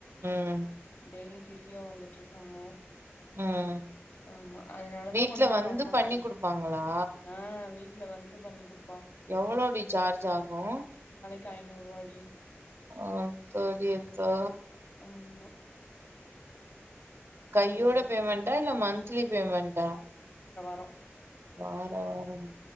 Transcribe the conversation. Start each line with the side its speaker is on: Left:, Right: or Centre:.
Right: ம்
Left: டெய்லி ஃபிசியோ வந்துட்டு இருக்காங்க
Right: ம்
Left: ஆமா அதனாலதா
Right: வீட்ல
Left: கொஞ்சோ
Right: வந்து
Left: பரவாலடி
Right: பண்ணி குடுப்பாங்களா
Left: ஆ வீட் ட்ல வந்து பண்ணி குடு
Right: எவ்ளோ டி சார்ஜ் ஆகு
Left: க் ஐநூறுவாடி
Right: ஆத்தாடியத்தா
Left: ஆமா
Right: கையோட
Left: அதுதா
Right: பேமெண்டா இல்ல மந்திலி பேமெண்டா
Left: அ
Right: வார வாரம்